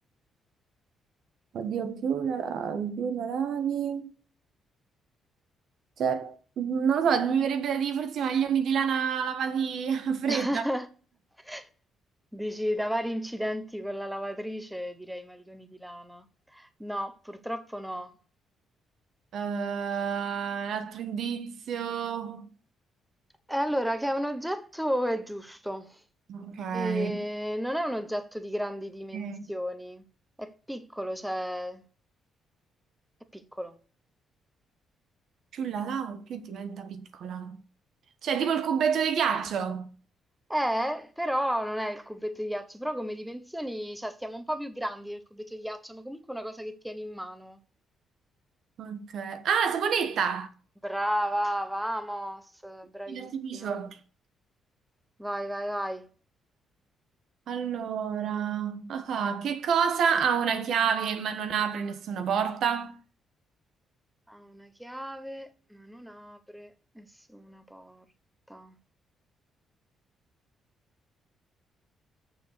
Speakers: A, on the right; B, in the centre.
A: Oddio, più la lavi, più la lavi. Cioè, non lo so, mi verrebbe da dire forse i maglioni di lana lavati <laughs> a fredda.
B: <laughs> Dici, da vari incidenti con la lavatrice, direi maglioni di lana. No, purtroppo no.
A: Eh, un altro indizio.
B: E allora, che è un oggetto è giusto.
A: Ok.
B: E non è un oggetto di grandi dimensioni,
A: Eh,
B: è piccolo, cioè, è piccolo.
A: Più la lavo, più diventa piccola. Cioè, tipo il cubetto di ghiaccio.
B: Eh, però non è il cubetto di ghiaccio, però come dimensioni, cioè stiamo un po' più grandi del cubetto di ghiaccio, ma comunque è una cosa che tieni in mano.
A: Ok. Ah, la saponetta!
B: Brava, vamos, bravissima.
A: Di artificio.
B: Vai, vai, vai.
A: Allora, ah, che cosa ha una chiave ma non apre nessuna porta?
B: Ha una chiave, ma non apre nessuna porta.